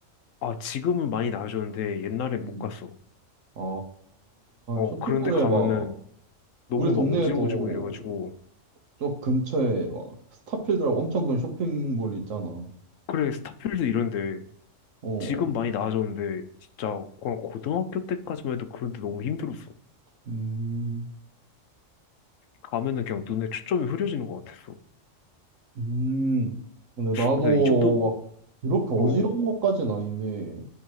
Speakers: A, on the left; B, on the right.
A: 아, 지금은 많이 나아졌는데 옛날에 못
B: 음.
A: 갔어.
B: 아,
A: 어,
B: 쇼핑몰에
A: 그런 데 가면은
B: 막,
A: 너무
B: 우리 동네에도
A: 막 어지러워지고 이래가지고.
B: 저 근처에 막 스타필드라고 엄청 큰 쇼핑몰 있잖아.
A: 그래, 스타필드 이런 데
B: 어,
A: 지금 많이 나아졌는데 진짜 그냥 고등학교 때까지만 해도 그런 데 너무 힘들었어.
B: 음,
A: 가면은 그냥 눈에 초점이 흐려지는 것 같았어.
B: 음. 근데 나도
A: 근데 이 정도,
B: 막 그렇게 어지러운
A: 어,
B: 것까지는 아닌데